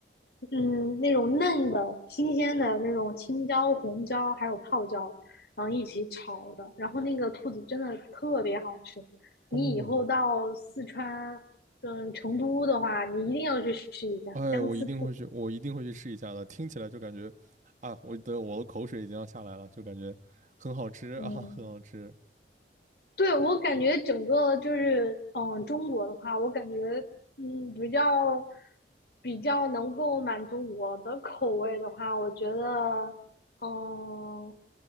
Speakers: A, on the left; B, on the right.
A: 嗯，那种嫩的、新鲜的那种青椒、红椒，还有泡椒，然后一起炒的。然后那个兔子真的特别好吃。你以后到四川，
B: 哦，
A: 嗯，成都的话，你一定要去试一下姜丝兔。
B: 哎，我一定会去，我一定会去试一下的。听起来就感觉啊，我的我的口水已经要下来了，就感觉很好吃啊，
A: 嗯，
B: 很好吃。
A: 对，我感觉整个就是，嗯，中国的话，我感觉，嗯，比较比较能够满足我的口味的话，我觉得，嗯，